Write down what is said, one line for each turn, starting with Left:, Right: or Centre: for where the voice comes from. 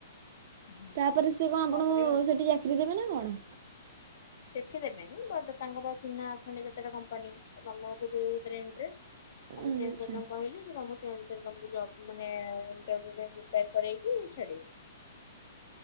Left: ହୁଁ।
Right: ତାପରେ ସେ କଣ ଆପଣଙ୍କୁ
Left: ତାପରେ
Right: ସେଠି ଚାକିରି ଦେବେ ନା କଣ?
Left: ସେଠି ଦେବେନି, ବଟ୍ ତାଙ୍କର ଚିହ୍ନା ଅଛନ୍ତି କେତେଟା କମ୍ପାନୀ ତମକୁ ଯୋଉଥିରେ ଇଣ୍ଟରେଷ୍ଟ ତମେ
Right: ଆଚ୍ଛା
Left: ସେଇ ଅନୁସାରେ ତାଙ୍କୁ କହିଲି, ସେ ତମକୁ ସେଇ ଅନୁସାରେ ସେ ତମକୁ ଜବ୍ ମାନେ ତାକୁ ବୋଧେ ରିଟଟ୍ କରେଇକି ଛାଡିବେ।